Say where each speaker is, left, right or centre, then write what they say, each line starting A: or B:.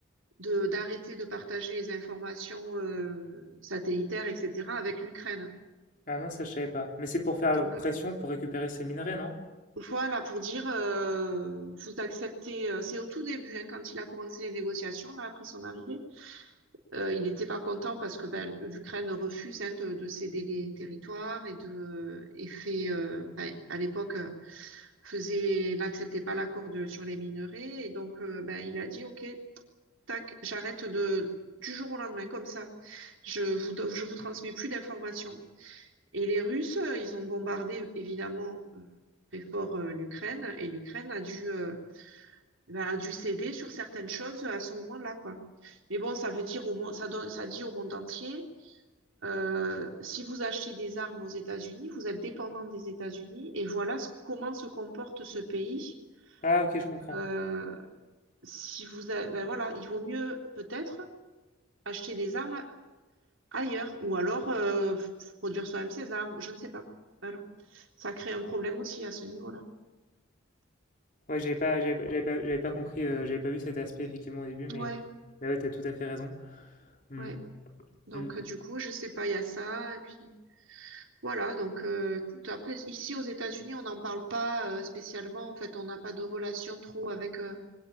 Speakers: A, on the right; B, on the left.
A: de d'arrêter de partager les informations euh, satellitaires, etc., avec l'Ukraine.
B: Ah non, ça je savais pas. Mais c'est pour faire
A: Donc,
B: pression pour récupérer ces minerais, non?
A: Voilà, pour dire, euh, vous acceptez, euh, c'est au tout début, hein, quand il a commencé les négociations, là, après son arrivée, euh, il n'était pas content parce que ben, l'Ukraine refuse hein, de, de céder les territoires et de et fait, euh, enfin, à l'époque, euh, faisait, n'acceptait pas l'accord de sur les minerais, et donc euh, ben, il a dit, OK, tac, j'arrête de du jour au lendemain, comme ça, je vous, do- je vous transmets plus d'informations. Et les Russes, euh, ils ont bombardé évidemment euh, très fort euh, l'Ukraine et l'Ukraine a dû, euh, bah, a dû céder sur certaines choses à ce moment-là, quoi. Mais bon, ça veut dire au monde, ça, donne- ça dit au monde entier, euh, si vous achetez des armes aux États-Unis, vous êtes dépendant des États-Unis et voilà ce- comment se comporte ce pays.
B: Ah ok, je comprends.
A: Euh, si vous, a- ben voilà, il vaut mieux peut-être acheter des armes ailleurs ou alors euh, f- produire soi-même ses armes, je ne sais pas. Voilà. Ça crée un problème aussi à ce niveau-là.
B: Ouais, j'avais pas, j'avais pas, j'avais pas, j'avais pas compris, euh, j'avais pas vu cet aspect effectivement au début, mais,
A: Ouais,
B: mais ouais, t'as tout à fait raison. Hmm,
A: ouais. Donc,
B: hmm.
A: euh, du coup, je sais pas, il y a ça. Et puis, voilà. Donc, euh, écoute, après, ici, aux États-Unis, on n'en parle pas euh, spécialement. En fait, on n'a pas de relation trop avec, euh,